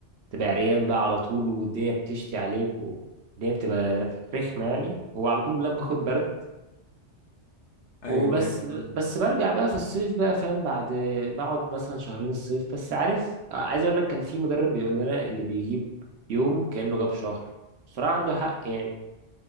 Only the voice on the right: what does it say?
تبقى عريان بقى على طول والدنيا بتشتي عليك والدنيا بتبقى رخمة يعني هو على طول لا باخد برد
وبس
بس برجع بقى في الصيف بقى فاهم بعد بقعد مثلا شهرين الصيف بس عارف عايز اقول لك كان في مدرب بيقول لنا اللي بيجيب يوم كأنه جاب شهر بصراحة عنده حق يعني